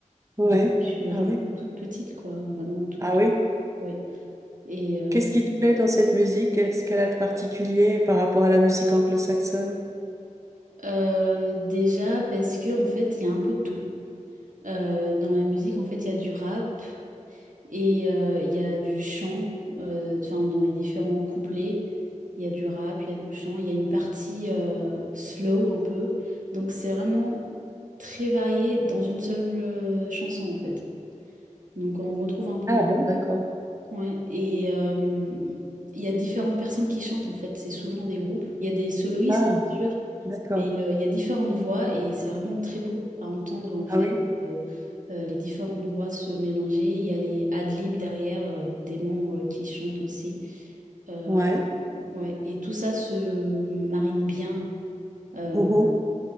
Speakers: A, on the right (about 25°); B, on the right (about 80°).
A: Ouais.
B: depuis que je suis vraiment
A: Ah oui.
B: toute petite, quoi, vraiment toute,
A: Ah oui.
B: ouais. Et euh,
A: Qu'est-ce qui te plaît dans cette musique? Qu'est-ce qu'elle a de particulier par rapport à la musique anglo-saxonne?
B: euh, déjà parce que en fait, il y a un peu de tout. Euh, dans la musique, en fait, il y a du rap et euh, il y a du chant, euh, enfin, dans les différents couplets, il y a du rap, il y a du chant, il y a une partie euh, slow un peu. Donc, c'est vraiment très varié dans une seule euh, chanson, en fait. Donc, on retrouve un peu
A: Ah bon, d'accord.
B: Ouais, et euh, il y a différentes personnes qui chantent en fait, c'est souvent des groupes. Il y a des soloistes,
A: Ah,
B: bien sûr,
A: d'accord.
B: mais euh, il y a différentes voix et c'est vraiment très beau à entendre en fait
A: Ah oui.
B: euh, euh, les différentes voix se mélanger. Il y a les ad-libs derrière euh, des membres qui chantent aussi. Euh,
A: Ouais.
B: ouais, et tout ça se marine bien euh,
A: Mhm.